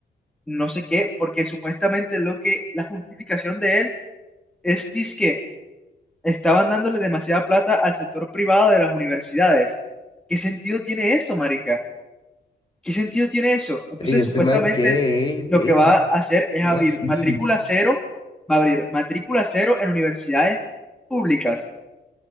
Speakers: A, in the centre; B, on the left (about 25°).
A: no sé qué, porque supuestamente lo que la justificación de él es dizque Estaban dándole demasiada plata al sector privado de las universidades. ¿Qué sentido tiene eso, marica? ¿Qué sentido tiene eso? Entonces,
B: Ey, ese
A: supuestamente,
B: man qué, ey,
A: lo
B: ey,
A: que va a hacer es
B: ¿cómo
A: abrir
B: así?
A: matrícula cero, va a abrir matrícula cero en universidades públicas.